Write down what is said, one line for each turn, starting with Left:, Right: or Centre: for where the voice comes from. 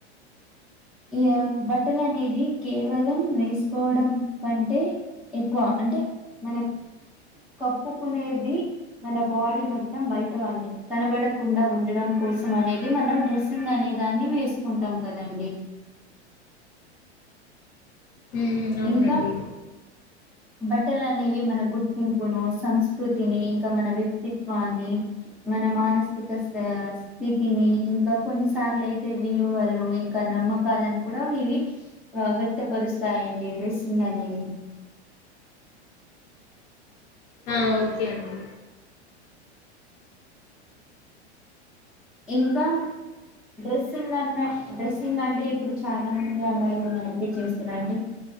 Centre: ఇ ఆమ్ బట్టలు అనేది కేవలం వేసుకోవడం కంటే ఎక్కువ. అంటే మనం కప్పుకునేది మన బాడీ మొత్తం బయట వాళ్లే కనబడకుండా ఉండడం కోసం అనేది మనం డ్రెస్ చెందాని దాన్ని వేసుకుంటాం కదండి. ఉ
Left: హ్మ్ అవునండి
Centre: ఇంకా బట్టలు అనేవి మన గుర్తింపును సంస్కృతిని ఇంకా మన వ్యక్తిత్వాన్ని మన మానసిక స్ స్థితిని ఇంకా కొన్నిసార్లు అయితే విలువలు ఇంకా నమ్మకాలను కూడా ఇవి ఆ వ్యక్తపరుస్ స్తాయండి డ్రెస్సింగ్ అనేది
Left: ఆ ఓకే అండి
Centre: ఇంకా డ్రెస్సింగ్ అన్నా డ్రెస్సింగ్ అంటే. ఇప్పుడు చాలా మంది అమ్మాయిళుఇలాంటివి చేస్తారండి.